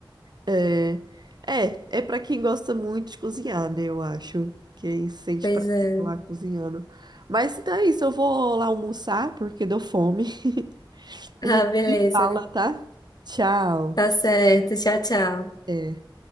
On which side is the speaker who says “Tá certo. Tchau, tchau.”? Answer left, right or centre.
Left